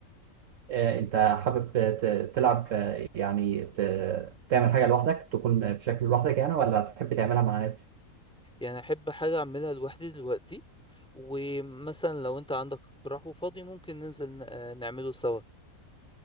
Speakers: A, on the right (about 65°); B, in the centre.
A: آه، انت حابب ت- تلعب آه، يعني ت- تعمل حاجه لوحدك تكون بشكل لوحدك يعني ولا تحب تعملها مع ناس
B: يعني احب حاجه اعملها لوحدي دلوقتي ومثلا لو انت عندك اقتراح وفاضي ممكن ننزل ن- آه، نعمله سوا